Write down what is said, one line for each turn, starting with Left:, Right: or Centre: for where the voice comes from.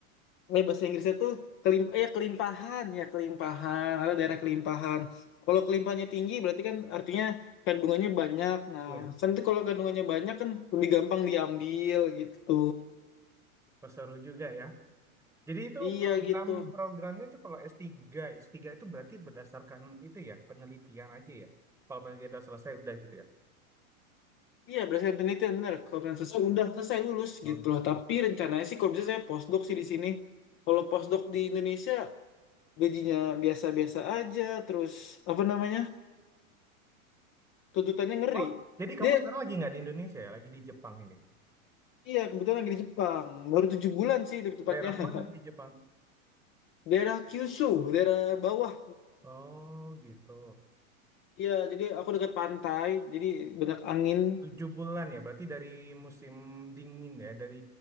Left: eh, bahasa Inggrisnya tuh kelim eh, ya kelimpahan ya kelimpahan ada daerah kelimpahan kalau kelimpahannya tinggi berarti kan artinya kandungannya banyak nah
Centre: Iya.
Left: kan itu kalau kandungannya banyak kan lebih gampang diambil gitu
Centre: Oh, seru juga ya. Jadi itu
Left: iya
Centre: program
Left: gitu
Centre: programnya itu kalau S3, S3 itu berarti berdasarkan itu ya, penelitian aja ya. Kalau penelitian udah selesai udah gitu ya.
Left: iya berdasarkan penelitian benar kalau penelitian selesai udah selesai lulus
Centre: Oh,
Left: gitu
Centre: gitu.
Left: loh tapi rencananya sih kalau bisa saya postdoc sih di sini kalau postdoc di Indonesia gajinya biasa-biasa aja terus apa namanya tuntutannya ngeri
Centre: Oh, jadi kamu
Left: dia
Centre: sekarang lagi nggak di Indonesia ya, lagi di Jepang ini.
Left: Iya, kebetulan lagi di Jepang. Baru tujuh bulan
Centre: Oh.
Left: sih lebih tepatnya.
Centre: Daerah
Left: <laughs>
Centre: mana di Jepang?
Left: Daerah Kyushu, daerah bawah.
Centre: Oh, gitu.
Left: Iya, jadi aku dekat pantai, jadi banyak angin.
Centre: Tujuh bulan ya, berarti dari musim dingin ya, dari